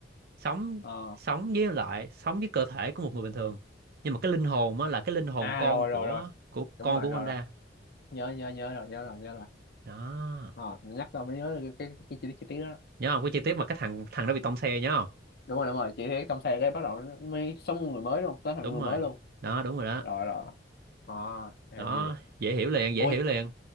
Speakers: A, on the right; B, on the left.
A: sống
B: Ờ.
A: sống với lại sống với cơ thể của một người bình thường nhưng mà cái linh hồn á là cái linh hồn
B: à
A: con
B: rồi
A: của
B: rồi rồi
A: của
B: đúng
A: con
B: rồi
A: của
B: rồi
A: Wanda
B: rồi nhớ nhớ nhớ rồi nhớ rồi nhớ rồi
A: đó
B: Ờ, mình nhắc tao mới nhớ được cái cái, cái chi tiết chi tiết đó
A: nhớ không cái chi tiết mà cái thằng thằng đó bị tông xe nhớ không
B: đúng rồi đúng rồi chị thấy trong xe cái bắt đầu nó mới sống người mới luôn sống thành
A: đúng
B: người
A: rồi
B: mới luôn
A: đó đúng rồi đó
B: rồi rồi Ờ à
A: đó
B: là gì
A: dễ hiểu liền dễ
B: ôi
A: hiểu liền